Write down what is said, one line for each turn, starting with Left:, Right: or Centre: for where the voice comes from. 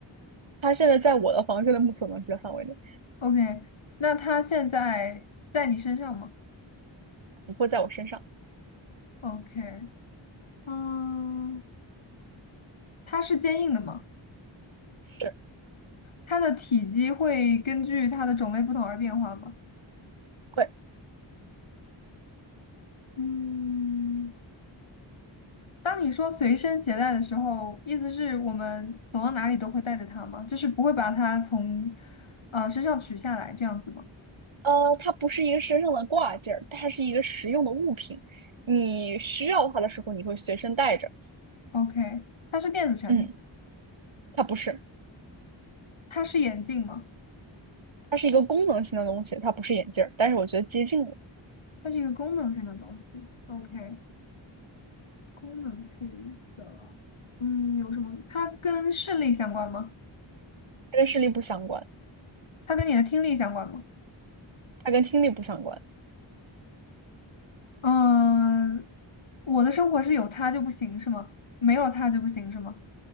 Right: 它现在在我的房间的目所能及的范围内，
Left: ？OK，那它现在在你身上吗
Right: 不会在我身上。
Left: ？OK，嗯，它是坚硬的吗？
Right: 是，
Left: 它的体积会根据它的种类不同而变化吗？
Right: 会。
Left: 嗯，当你说随身携带的时候，意思是我们走到哪里都会带着它吗？就是不会把它从呃身上取下来这样子吗
Right: 呃，它不是一个身上的挂件儿，它是一个实用的物品。你需要它的时候，你会随身带着。
Left: ？OK，它是电子产品，
Right: 嗯，它不是，
Left: 它是眼镜吗？
Right: 它是一个功能性的东西，它不是眼镜儿，但是我觉得接近了，
Left: 它是一个功能性的东西。OK，功能性的，嗯，有什么？它跟视力相关吗？
Right: 它跟视力不相关，
Left: 它跟你的听力相关吗？
Right: 它跟听力不相关。
Left: 嗯，我的生活是有它就不行是吗？没有它就不行是吗